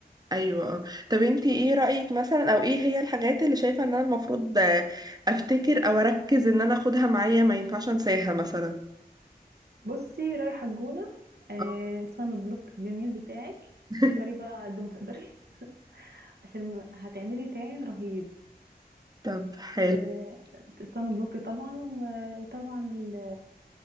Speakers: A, on the right; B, on the right.
A: ايوه آه. طب انتي ايه رأيك مثلا او ايه هي الحاجات اللي شايفة ان انا المفروض آه، افتكر او اركز ان انا اخدها معايا ما ينفعش انساها مثلا
B: بصي رايحة الجونة آه
A: آه.
B: صن بلوك جميل بتاعك
A: <laughs>
B: كتري بقى قد ما تقدري <laughs> عشان هتعملي تان رهيب
A: طب حلو
B: آه صن بلوك طبعا و- وطبعا ال-